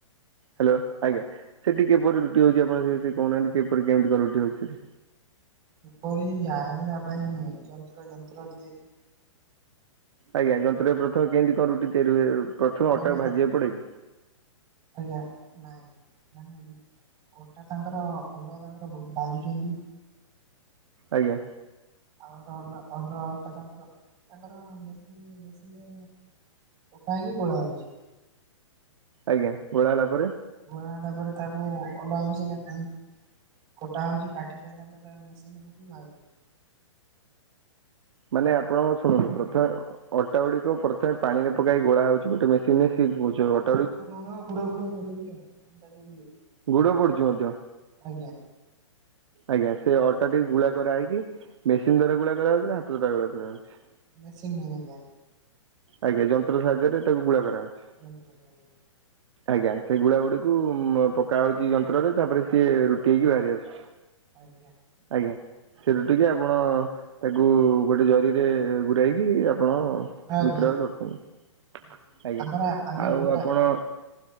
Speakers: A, on the right (about 65°); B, on the right (about 25°).
A: ହ୍ୟାଲୋ ଆଜ୍ଞା ସେଠି କିପରି ରୁଟି ହେଉଛି ଆପଣଙ୍କ ସେ ବି ସେ କହୁନାହାନ୍ତି କେପରି କେମିତି କଣ ରୁଟି ହେଉଛି ସେଠି?
B: କିପରି ଜାଣିବା ପାଇଁ ଯନ୍ତ୍ର ଯନ୍ତ୍ର ତିଆରି
A: ଆଜ୍ଞା ଯନ୍ତ୍ରରେ ପ୍ରଥମେ କେମିତି କଣ ରୁଟି ତିଆରି ହୁଏ। ପ୍ରଥମେ
B: ବଡ
A: ଅଟାକୁ
B: ଭାଇ
A: ଭାଜିବାକୁ
B: ତା
A: ପଡେ କି?
B: ଆଜ୍ଞା ନାଇଁ <unintelligible> ଅଟା ତାଙ୍କର ଅଲଗା ତାଙ୍କର ବୋ ଭାଜୁଚନ୍ତି।
A: ଆଜ୍ଞା।
B: ଆଉ ଗୋଟେ ଅଲ ଅଲଗା ଅଟା ତାଙ୍କର ତାଙ୍କର ମେସିନି ମେସିନି ପକା ହେଇକି ଗୋଳା ହୋଉଚି?
A: ଆଜ୍ଞା ଗୋଳା ହେଲା ପରେ
B: ଗୋଳା ହେଲା ପରେ ତାକୁ ଅଲଗା ମେସିନରେ <unintelligible> କଟା ହଉଚି କାଟି ସାଇଲା ପରେ ତାପରେ ମେସିନ ପକେଇ ଭାରିବେ।
A: ମାନେ ଆପଣଙ୍କ ଶୁଣନ୍ତୁ ପ୍ରଥମେ ଅଟା ଗୁଡିକ ପ୍ରଥମେ ପାଣିରେ ପକା ହେଇ ଗୋଳା ହଉଛି ଗୋଟେ ମେସିନରେ ସିଏ ଗୁ ଯୋଉ ଅଟ୍
B: ଯୋଉ ନୁଣ ଆଉ ଗୁଡ଼ ଫୁଡ଼ ପୁରେଇକି ଆଉ <unintelligible>
A: ଗୁଡ଼ ପଡୁଛି ମଧ୍ୟ।
B: ଆଜ୍ଞା।
A: ଆଜ୍ଞା ସେ ଅଟା ଟିକେ ଗୁଳା କରା ହେଇକି ମେସିନ୍ ଦ୍ଵାରା ଗୁଳା କରାହାଉଚି ନା ହାତ ଦ୍ଵାରା ଗୁଳା କରାହଉଚି?
B: ମେସିନି ଆଜ୍ଞା।
A: ଆଜ୍ଞା ଯନ୍ତ୍ର ସାହାଯ୍ୟରେ ତାକୁ ଗୁଳା କରାହଉଚି।
B: ଯନ୍ତ୍ର ସାହାଯ୍ୟରେ।
A: ଆଜ୍ଞା ସେ ଗୁଳା ଗୁଡିକୁ ଉଁ ପକା ହଉଚି ଯନ୍ତ୍ରରେ ତାପରେ ସିଏ ରୁ ଟି ହେଇକି
B: ଆଜ୍ଞା
A: ବାହାରି ଆସୁଚି
B: ଆଜ୍ଞା
A: ଆଜ୍ଞା। ସେଇଠୁ ଟିକେ ଆପଣ ତାକୁ ଗୋଟେ ଜରିରେ ଗୁୁରାହେଇକି ଆପଣ
B: ଆଜ୍ଞା
A: ବିକ୍ରୟ କରୁଚନ୍ତି।
B: ଆଜ୍ଞା। ଆମର ଆଜ୍ଞା
A: ଆଉ
B: ଗୋଟା
A: ଆପଣ